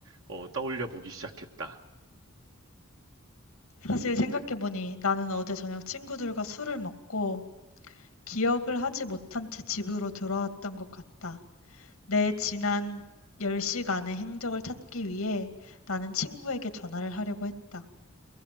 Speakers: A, on the right; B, on the left.
A: 어, 떠올려 보기 시작했다.
B: 사실 생각해보니 나는 어제 저녁 친구들과 술을 먹고 기억을 하지 못한 채 집으로 돌아왔던 것 같다. 내 지난 10시간의 행적을 찾기 위해 나는 친구에게 전화를 하려고 했다.